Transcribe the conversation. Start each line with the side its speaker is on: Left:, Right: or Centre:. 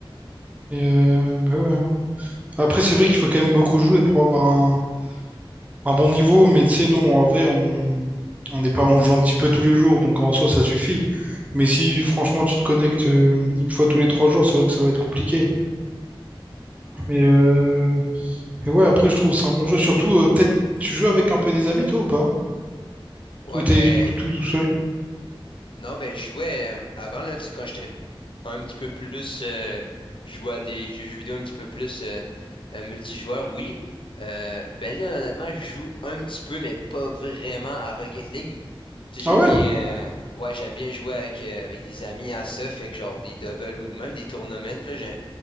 Right: Et euh, bah ouais, hein. Après, c'est vrai qu'il faut quand même beaucoup jouer pour avoir un, un bon niveau, mais tu sais, non, en vrai, on on n'est pas... on joue un petit peu tous les jours, donc en soi, ça suffit. Mais si franchement tu te connectes euh, une fois tous les trois jours, c'est vrai que ça va être compliqué. Mais euh, Mais ouais, après, je trouve que c'est un bon jeu. Surtout, euh, peut-être, tu joues avec un peu des amis, toi, ou pas?
Left: Ouais,
Right: Ou t'es
Left: ben
Right: tout tout seul?
Left: non, ben je jouais euh, avant là, tu sais, quand j'étais un petit peu plus euh, jouer à des jeux jeux vidéo un petit peu plus euh, euh, multijoueur, oui. Euh, ben là, honnêtement, je joue un petit peu, mais pas vraiment à Rocket League. Tu sais,
Right: Ah
Left: j'aime
Right: ouais?
Left: bien, euh, ouais, j'aime bien jouer avec, euh, avec des amis à ça, fait que genre des doubles ou même des tournaments, là, j'ai-